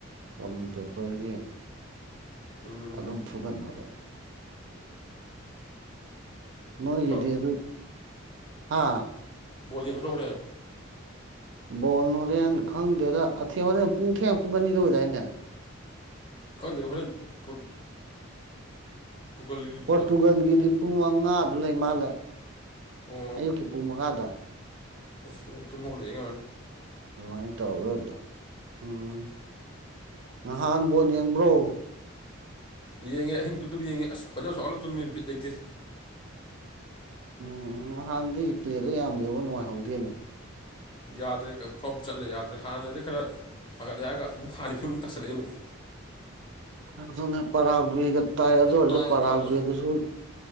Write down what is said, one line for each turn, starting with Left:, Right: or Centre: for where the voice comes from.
Right: ꯀꯃꯟ ꯄꯦꯄꯔꯒꯤ
Left: ꯎꯝ
Right: ꯑꯗꯨꯝ ꯐꯨꯒꯠꯅꯕꯅꯦ ꯅꯣꯏꯒꯤꯗꯤ
Left: ꯀꯩꯅꯣ
Right: ꯑꯗꯨ ꯍꯥ
Left: ꯕꯣꯜ ꯌꯦꯡꯒꯗꯔꯣ ꯍꯣꯔꯦꯟ
Right: ꯕꯣꯟ ꯍꯣꯔꯦꯟ ꯈꯪꯗꯦꯗ ꯑꯊꯦꯡꯕꯗ ꯍꯣꯔꯦꯟ ꯄꯨꯡ ꯊꯦꯡ ꯄꯨꯡ ꯑꯅꯤꯗ ꯑꯣꯏꯗꯥꯏꯅꯦ
Left: ꯈꯪꯗꯦ ꯍꯣꯔꯦꯟ ꯄꯔꯣ ꯇꯨꯀꯜ
Right: ꯄꯣꯔꯇꯨꯒꯜꯒꯤꯗꯤ
Left: ꯇꯕꯦ
Right: ꯄꯨꯡ ꯃꯉꯥꯗꯨ ꯂꯩ ꯃꯥꯜꯂꯦ
Left: ꯑꯣ
Right: ꯑꯌꯨꯛꯀꯤ ꯄꯨꯡ ꯃꯉꯥꯗ
Left: ꯑꯁ ꯑꯩ ꯇꯨꯝ ꯍꯧꯒꯠꯂ ꯌꯦꯡ ꯌꯥꯅꯤ
Right: ꯑꯗꯨ ꯃꯥꯥꯏ ꯇꯧꯔ <unintelligible> ꯎꯝ ꯉꯥꯍꯥꯟ ꯕꯣꯜ ꯌꯦꯡꯕ꯭ꯔꯣ
Left: ꯌꯦꯡꯉꯦ ꯑꯍꯤꯡ ꯇꯨꯝꯗꯕꯤ ꯌꯦꯡꯉꯦ ꯑꯁ ꯈꯣꯏꯗꯧ ꯁꯥꯎꯍꯠꯂ ꯇꯨꯝꯃꯦ ꯕꯤꯠ ꯂꯩꯇꯦ
Right: ꯎꯝ ꯅꯍꯥꯟꯗꯤ ꯄ꯭ꯂꯦꯗꯣ ꯌꯥꯝ ꯌꯦꯡꯕ ꯅꯨꯡꯉꯥꯏꯍꯧꯗꯦꯅꯦ
Left: ꯌꯥꯗ꯭ꯔꯦ ꯐ꯭ꯂꯣꯞ ꯆꯠꯂꯦ ꯌꯥꯗ꯭ꯔꯦ ꯍꯥꯟꯅꯗꯤ ꯈꯔ ꯐꯒꯠꯂꯦ ꯍꯥꯏꯔꯒ ꯑꯃꯨꯛ ꯍꯥꯟꯅꯩ ꯐꯤꯕꯝ ꯇꯥꯁꯜꯂꯛꯑꯦ ꯑꯃꯨꯛ
Right: ꯑꯗꯨꯅꯦ ꯄꯔꯥꯒꯔꯤꯞꯒ ꯇꯥꯏ ꯑꯗꯨ
Left: ꯒꯞ
Right: ꯑꯣꯏꯔꯁꯨ
Left: ꯇꯥꯏ
Right: ꯄꯒꯔꯥꯒꯤꯗꯨꯁꯨ
Left: ꯑꯗꯨ ꯑꯣꯏꯔꯁꯨ